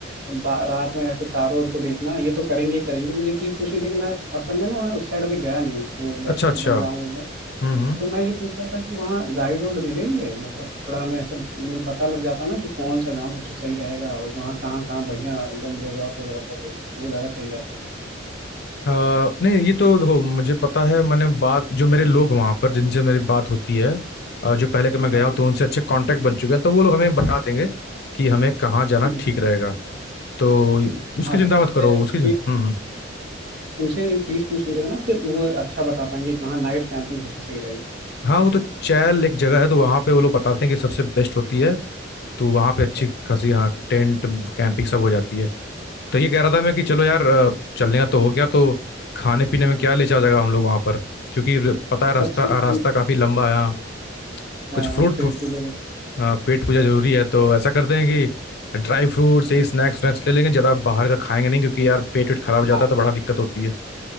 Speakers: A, on the right; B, on the left.
A: बा- रात में ऐसे तारों और को देखना ये तो करेंगे ही करेंगे मुझे एक चीज़ पूछनी थी कि मैं असल में ना वहाँ उस साइड अभी गया नहीं हूँ वो उधर
B: अच्छा अच्छा
A: एकदम गाँव में
B: हम्म हम्म
A: तो मैं ये पूछ रहा था कि वहाँ गाइड वाइड मिलेंगे मतलब थोड़ा हमें ऐसे मिल- पता लग जाता ना कि कौन सा गाँव सबसे सही रहेगा और वहाँ कहाँ कहाँ बढ़िया एकदम रिजॉर्ट वजॉर्ट है तो वो ज़्यादा सही रहता
B: अ, नहीं ये तो देखो मुझे पता है मैंने बात जो मेरे लोग वहाँ पर जिनसे मेरी बात होती है अ, जो पहले के मैं गया
A: हाँ
B: हूँ
A: हाँ
B: तो उनसे अच्छे कांटेक्ट बन चुके हैं तो वो लोग हमें बता देंगे कि हमें कहाँ जाना
A: हम्म,
B: ठीक रहेगा तो उसकी
A: हाँ
B: चिंता
A: तो उनसे
B: मत करो उसकी हम्म
A: ये
B: हम्म
A: उनसे ये प्लीज़ पूछ लीजिएगा ना फिर वो अच्छा बता पाएंगे कि कहाँ नाइट कैंपिंग सबसे सही रहेगी
B: हाँ वो तो चैल एक जगह है तो वहां पे वो लोग बताते हैं कि सबसे बेस्ट होती है तो वहां पे
A: अच्छा
B: अच्छी खासी हाँ टेंट कैंपिंग सब हो जाती है तो ये कह रहा था मैं कि चलो यार अ, चलने का तो हो गया तो खाने पीने में क्या ले चला जाएगा हम लोग वहां पर क्योंकि पता है रास्ता
A: सबसे मेन
B: रास्ता काफी लंबा है हाँ
A: हाँ
B: कुछ फ्रूट
A: पेट पूजा तो-
B: पेट पूजा जरूरी है तो ऐसा करते हैं कि ड्राई फ्रूट्स यही स्नैक्स वैक्स ले लेंगे ज्यादा बाहर का खाएंगे नहीं क्योंकि यार पेट वेट खराब हो जाता
A: हाँ
B: है तो बड़ा दिक्कत होती है